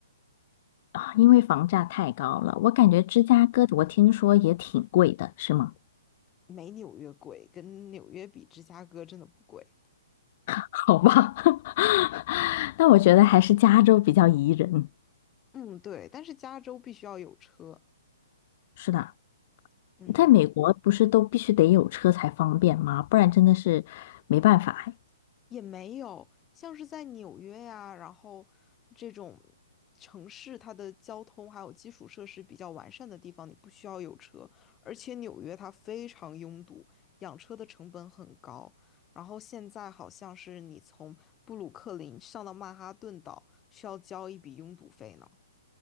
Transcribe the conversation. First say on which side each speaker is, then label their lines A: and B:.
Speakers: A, on the left; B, on the left.
A: 啊，因为房价太高了，我感觉芝加哥我听说也挺贵的，是吗？
B: 没纽约贵，跟纽约比，芝加哥真的不贵。
A: <laughs> 好吧，<laughs> 那我觉得还是加州比较宜人。
B: 嗯，对，但是加州必须要有车。
A: 是的，
B: 嗯。
A: 在美国不是都必须得有车才方便吗？不然真的是没办法哎
B: 也没有，像是在纽约呀，然后这种城市，它的交通还有基础设施比较完善的地方，你不需要有车。而且纽约它非常拥堵，养车的成本很高。然后现在好像是你从布鲁克林上到曼哈顿岛，需要交一笔拥堵费呢。